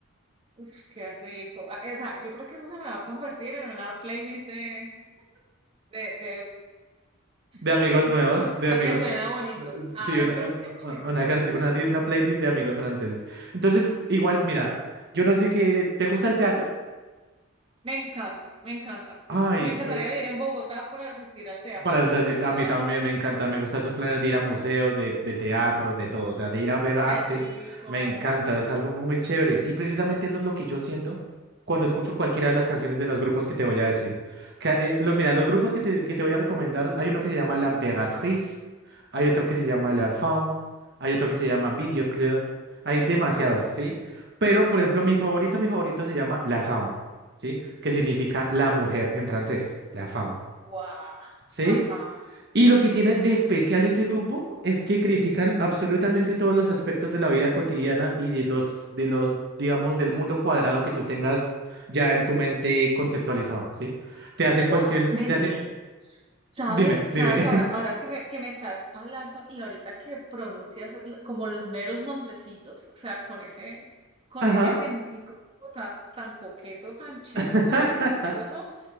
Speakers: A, on the right; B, on the right.
A: uf, qué rico. Ah, O sea, yo creo que eso se me va a convertir en una playlist de, de, de
B: de amigos
A: de Spotify,
B: nuevos, de
A: para
B: amigos,
A: que suena bonito. Ay,
B: sí, una,
A: pero qué chévere.
B: un- una, canci- una, li- una playlist de amigos franceses. Entonces, igual, mira, yo no sé qué, ¿te gusta el teatro?
A: Me encanta, me encanta.
B: Ay,
A: Me
B: pues,
A: encantaría vivir en Bogotá por asistir al, tea- al,
B: Para ser
A: al festival,
B: así, a mí también
A: ¿sabes?
B: me encanta, me gustan esos planes de ir a museos, de, de teatros, de todo, o sea, de ir a ver arte,
A: Qué rico.
B: me encanta, es algo muy chévere. Y precisamente eso es lo que yo siento cuando escucho cualquiera de las canciones de los grupos que te voy a decir. Que, eh, los, mira, los grupos que te, que te voy a recomendar, hay uno que se llama La Emperatriz, hay otro que se llama La Femme, hay otro que se llama Video Club, hay demasiados, ¿sí? Pero, por ejemplo, mi favorita, mi favorita se llama La Femme, ¿sí? Que significa la mujer en francés, La Femme.
A: Guau.
B: ¿Sí?
A: Ajá.
B: Y lo que tiene de especial ese grupo es que critican absolutamente todos los aspectos de la vida cotidiana y de los, de los, digamos, del mundo cuadrado que tú tengas ya en tu mente conceptualizado, ¿sí? Te hacen
A: Wow.
B: cuestión,
A: Ven,
B: te hacen,
A: ¿sabes?
B: dime, dime.
A: ¿Sabes? Ahora,
B: <laughs>
A: ahora que me, que me estás hablando y ahorita que pronuncias l- como los meros nombrecitos, o sea, con ese, con
B: Ajá.
A: ese acentico como tan, tan coqueto, tan chévere,
B: <laughs>
A: tan delicioso,